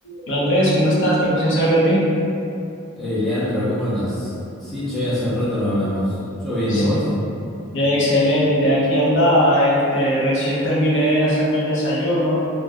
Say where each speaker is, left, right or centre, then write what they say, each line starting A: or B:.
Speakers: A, on the left; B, in the centre.
A: Hola Andrés, ¿cómo estás? Tiempo sin saber de ti.
B: Hey, Leandro, ¿cómo andas? Sí, che, hace un rato no hablamos. Yo bien,
A: Sí.
B: ¿y vos?
A: Ya, excelente, aquí andaba, este, recién terminé de hacerme el desayuno